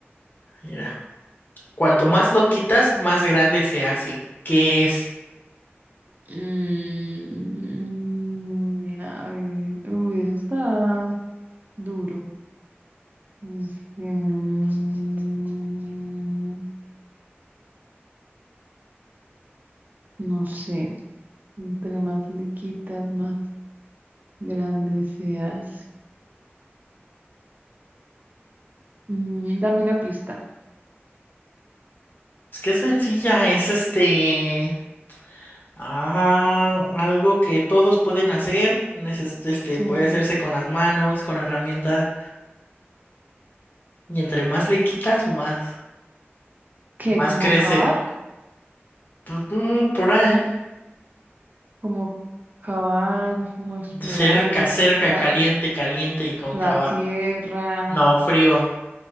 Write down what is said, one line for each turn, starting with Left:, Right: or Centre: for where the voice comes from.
Left: Mira. Cuanto más lo quitas, más grande se hace. ¿Qué es?
Right: Mm, a ver, uy, eso está duro. Es que, mm, no sé, entre más le quitas, más grande se hace. Mm, dame una pista.
Left: Es que es sencilla, es este. Ah, algo que todos pueden hacer, neces- este, este,
Right: Sí.
Left: puede hacerse con las manos, con herramienta, y entre más le quitas, más,
Right: ¿Qué?
Left: más
Right: ¿Como
Left: crece.
Right: cavar?
Left: Pues, mm, Por ahí.
Right: ¿Como cavar? ¿Como explorar
Left: Cerca, cerca,
Right: la,
Left: caliente, caliente y cóncava.
Right: la tierra?
Left: No, frío.